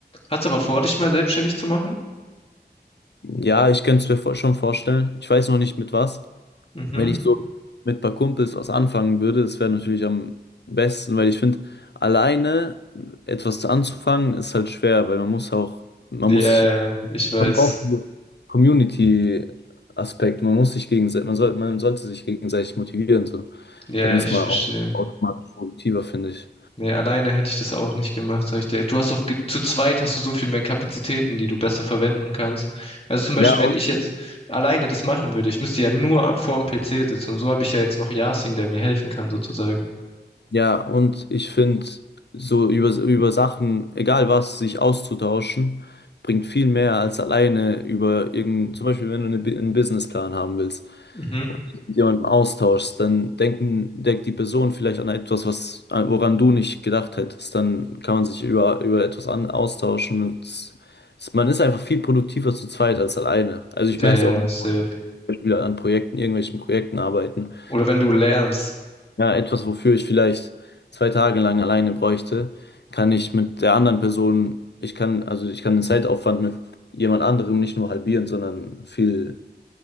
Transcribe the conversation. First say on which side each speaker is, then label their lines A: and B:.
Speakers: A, on the left; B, on the left.
A: Hast aber vor, dich mal selbstständig zu machen?
B: Ja, ich könnte es mir vor- schon vorstellen. Ich weiß noch nicht mit was.
A: Mhm.
B: Wenn ich so mit ein paar Kumpels was anfangen würde, das wäre natürlich am besten, weil ich finde, alleine etwas zu anzufangen ist halt schwer, weil man muss auch, man
A: Ja,
B: muss sich,
A: ich weiß.
B: man braucht einen Community-Aspekt, man muss sich gegenseitig, man soll, man sollte sich gegenseitig motivieren, so.
A: Ja,
B: Dann ist
A: ich
B: man
A: verstehe.
B: auch automatisch produktiver, finde ich.
A: Nee, alleine hätte ich das auch nicht gemacht, sag ich dir. Du hast doch ge- zu zweit hast du so viel mehr Kapazitäten, die du besser verwenden kannst. Also zum Beispiel,
B: Ja,
A: wenn ich jetzt alleine das machen würde, ich müsste ja nur ab- vor dem PC sitzen. Und so habe ich ja jetzt noch Yasin, der mir helfen kann, sozusagen.
B: Ja, und ich finde, so über, über Sachen, egal was, sich auszutauschen, bringt viel mehr als alleine über irgendein, zum Beispiel, wenn du eine, Bi- einen Businessplan haben willst,
A: Mhm.
B: mit jemandem austauschst, dann denken, denkt die Person vielleicht an etwas, was, an- woran du nicht gedacht hättest. Dann kann man sich über, über etwas an, austauschen und es, es, man ist einfach viel produktiver zu zweit als alleine. Also ich
A: Der
B: merke es auch zum
A: safe.
B: Beispiel an Projekten, irgendwelchen Projekten arbeiten
A: Oder wenn du lernst.
B: ja, etwas, wofür ich vielleicht zwei Tage lang alleine bräuchte, kann ich mit der anderen Person, ich kann, also ich kann den Zeitaufwand mit jemand anderem nicht nur halbieren, sondern viel,